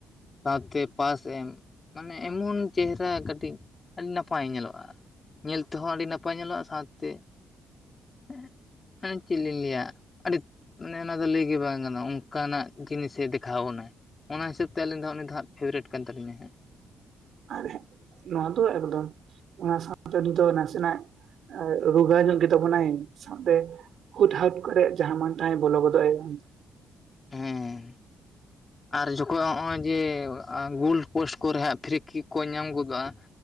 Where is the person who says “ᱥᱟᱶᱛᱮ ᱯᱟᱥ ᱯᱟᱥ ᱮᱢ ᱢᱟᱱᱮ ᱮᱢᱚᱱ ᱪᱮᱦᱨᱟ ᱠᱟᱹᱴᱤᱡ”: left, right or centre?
Left